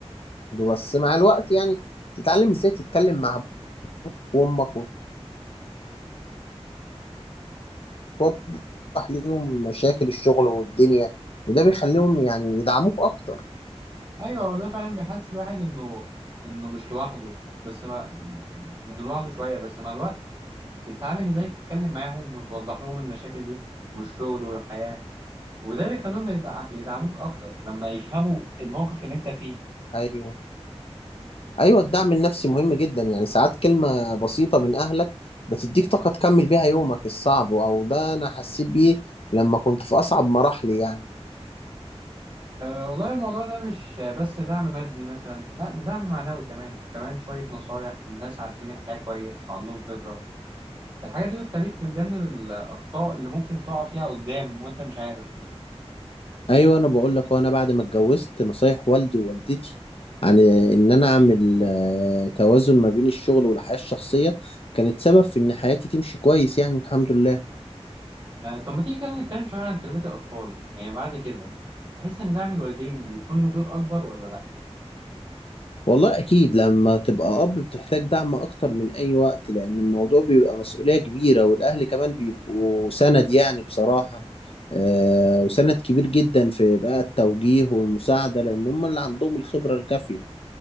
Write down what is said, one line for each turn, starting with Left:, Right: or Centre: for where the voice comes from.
Left: بس مع الوقت يعني تتعلم ازاي تتكلم مع ابوك وامك توضح ليهم مشاكل الشغل والدنيا وده بيخليهم يعني يدعموك اكتر
Right: ايوه هو ده فعلا بيحس الواحد انه انه مش لوحده بس مع انه لوحده شويه بس مع الوقت بتتعلم ازاي تتكلم معاهم وتوضح لهم المشاكل دي والشغل والحياه وده بيخليهم يدع- يدعموك اكتر لما يفهموا الموقف اللي انت فيه
Left: ايوه ايوه الدعم النفسي مهم جدا يعني ساعات كلمة بسيطة من اهلك بتديك طاقة تكمل بيها يومك الصعب او ده انا حسيت بيه لما كنت في اصعب مراحلي يعني
Right: أه والله الموضوع ده مش بس دعم مادي مثلا لا ده دعم معنوي كمان وكمان شويه نصايح من ناس عارفين الحياه كويس وعندهم خبره الحاجات دي بتخليك تتجنب الأخطاء اللي ممكن تقع فيها قدام وأنت مش عارف
Left: ايوه انا بقول لك وانا بعد ما اتجوزت نصايح والدي ووالدتي عن ان انا اعمل آه، توازن ما بين الشغل والحياة الشخصية كانت سبب في ان حياتي تمشي كويس يعني الحمد لله
Right: آه، طب ما تيجي كده نتكلم شوية عن تربية الأطفال يعني بعد كده تحس إن دعم الوالدين بيكون له دور أكبر ولا لأ؟
Left: والله أكيد لما تبقى أب بتحتاج دعم أكتر من أي وقت لأن الموضوع بيبقى مسؤولية كبيرة والأهل كمان بيبقوا سند يعني بصراحة آه وسند كبير جدا في بقى التوجيه والمساعدة لأن هم اللي عندهم الخبرة الكافية